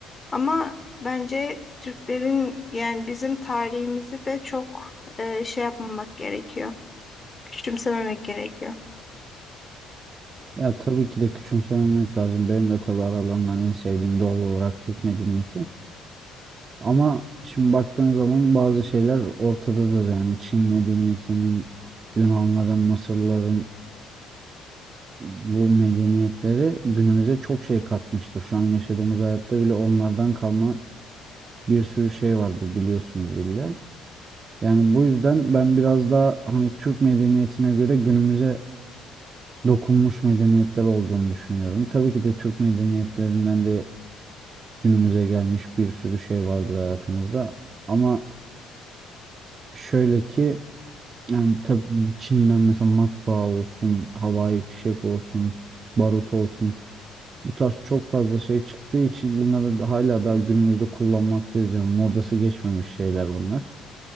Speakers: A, on the left; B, on the right.
A: Ama bence Türklerin yani bizim tarihimizi de çok e, şey yapmamak gerekiyor. Küçümsememek gerekiyor.
B: Ya tabii ki de küçümsememek lazım. Benim de tabii aralarından en sevdiğim doğal olarak Türk medeniyeti. Ama şimdi baktığın zaman bazı şeyler ortadadır. Yani Çin medeniyetinin, Yunanların, Mısırların bu medeniyetleri günümüze çok şey katmıştır. Şu an yaşadığımız hayatta bile onlardan kalma bir sürü şey vardır biliyorsunuz illa. Yani bu yüzden ben biraz daha hani Türk medeniyetine göre günümüze dokunmuş medeniyetler olduğunu düşünüyorum. Tabii ki de Türk medeniyetlerinden de günümüze gelmiş bir sürü şey vardır hayatımızda. Ama şöyle ki yani tabii Çin'den mesela matbaa olsun, havai fişek olsun, barut olsun. Bu tarz çok fazla şey çıktığı için bunları da- hala daha günümüzde kullanmaktayız. Yani modası geçmemiş şeyler bunlar.